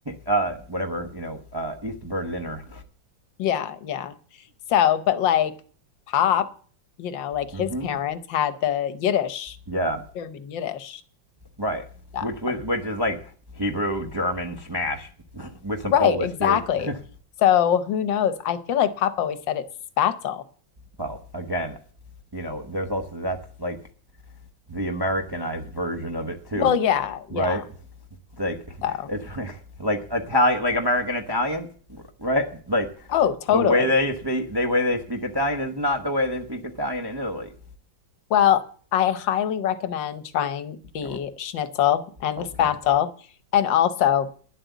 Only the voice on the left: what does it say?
Yeah, yeah. So, but like Pop, you know, like his
parents had the Yiddish,
German Yiddish
stuff.
Um,
Right,
exactly.
So who knows? I feel like Pop always said it's spatzel.
Well, yeah,
yeah.
So.
Oh, totally.
Well, I highly recommend trying the
schnitzel and
the spatzel. And also,